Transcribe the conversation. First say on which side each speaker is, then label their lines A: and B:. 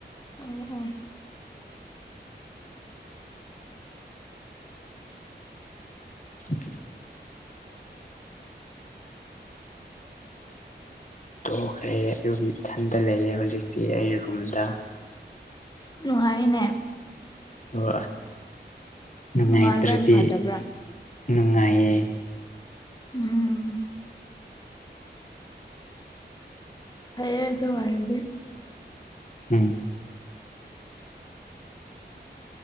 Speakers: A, on the left; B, on the left.
A: ꯑꯣ ꯑꯣ
B: <inaudible> ꯇꯣꯛꯈ꯭ꯔꯦ ꯑꯗꯨꯒꯤ ꯏꯊꯟꯇ ꯂꯩꯌꯦ ꯍꯧꯖꯤꯛꯇꯤ ꯑꯩ ꯔꯨꯝꯗ
A: ꯅꯨꯡꯉꯥꯏꯅꯦ
B: ꯑꯣ ꯅꯨꯡꯉꯥꯏꯇ꯭ꯔꯗꯤ
A: ꯅꯨꯡꯉꯥꯏꯕ꯭ꯔꯥ ꯅꯨꯡꯉꯥꯏꯇꯕ꯭ꯔꯥ
B: ꯅꯨꯡꯉꯥꯏꯌꯦ
A: ꯎꯝ ꯐꯩꯌꯦ ꯑꯗꯨ ꯑꯣꯏꯔꯗꯤ
B: ꯎꯝ